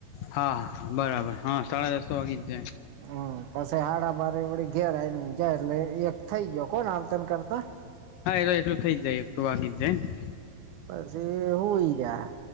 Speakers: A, on the left (about 80°); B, on the right (about 80°).
A: હા બરાબર હા સાડા દસ તો વાગી જ જાય.
B: હમ્મ. પછી હાડા બારે વળી ઘેર આવી જાય એટલે એક થઈ ગયો કોણ આવતન કરતા?
A: હા એ તો એટલુ થઈ જાય એકલું વાગી જાય
B: પસી હુઈ ગ્યા.